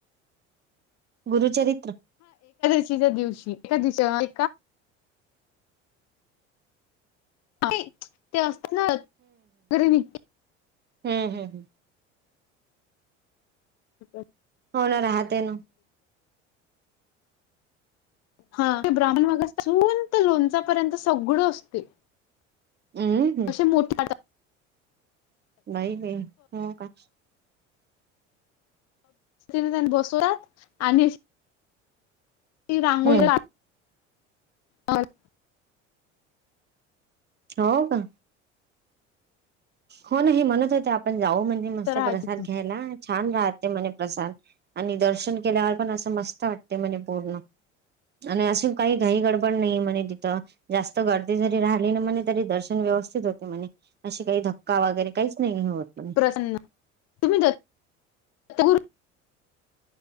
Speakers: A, on the right (about 30°); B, on the left (about 45°).
A: गुरुचरित्र.
B: च्या <unintelligible> दिवशी एका दिव <unintelligible> ए ते असतात ना वगैरे निघ
A: हम् हम् हम्.
B: हो <unintelligible>
A: हो ना राहते ना.
B: हा ते ब्राह्मण मागा संत लोणचापर्यंत सगळं असते.
A: हम् हम्.
B: असे मोठे हातात
A: नाहीई गई हो का.
B: तीने <unintelligible> बसवतात आणि ती रांगोळी
A: हम्म
B: ला <unintelligible> हा. <inaudible>
A: हो का. हो ना हे म्हणत होते आपण जाऊ म्हणजे मस्त
B: राहते
A: प्रसाद
B: ती
A: घ्यायला. छान राहते म्हणे प्रसाद आणि दर्शन केल्यावर पण असं मस्त वाटते म्हणे पूर्ण. आणि अशी काही घाई गडबड नाही म्हणे तिथं जास्त गर्दी जरी राहिली ना म्हणे तरी दर्शन व. व्यवस्थित होते म्हणे अशी काही धक्का वगैरे काहीच नाही. म्हणे
B: प्रसन्न तुम्हीुर <unintelligible>